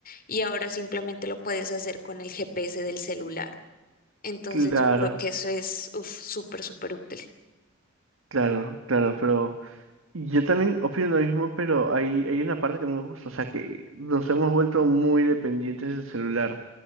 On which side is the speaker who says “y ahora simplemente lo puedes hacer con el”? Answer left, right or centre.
Left